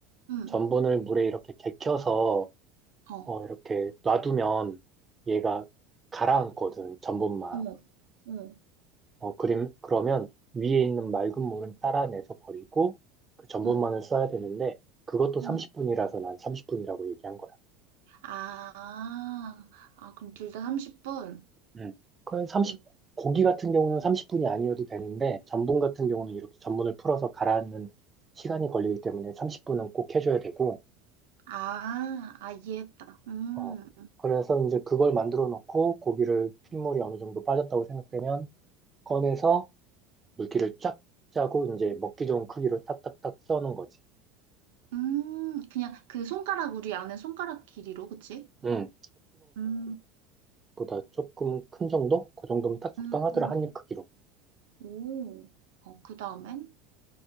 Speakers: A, on the right; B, on the right.
A: 음,
B: 전분을 물에 이렇게 gek혀서
A: 어, 어,
B: 어, 이렇게 놔두면 얘가 가라앉거든. 전분만.
A: 어,
B: 어, 그림, 그러면 위에 있는 맑은 물은 따라내서 버리고 그 전분만을
A: 어,
B: 써야 되는데 그것도 30분이라서
A: 음.
B: 난 30분이라고 얘기한 거야.
A: 아, 아, 그럼 둘 다 30분?
B: 음. 그건 30,
A: 음.
B: 고기 같은 경우는 30분이 아니어도 되는데 전분 같은 경우는 이렇게 전분을 풀어서 가라앉는 시간이 걸리기 때문에 30분은 꼭 해줘야 되고,
A: 아, 아, 이해했다. 음,
B: 어, 그래서 이제 그걸 만들어 놓고 고기를 핏물이 어느 정도 빠졌다고 생각되면 꺼내서 물기를 쫙 짜고 이제 먹기 좋은 크기로 탁탁탁 써는 거지.
A: 음, 그냥 그 손가락, 우리 안에 손가락 길이로, 그치?
B: 음,
A: 음,
B: 보다 조금 큰 정도? 그 정도면 딱 적당하더라,
A: 음,
B: 한입 크기로.
A: 오, 어, 그 다음엔?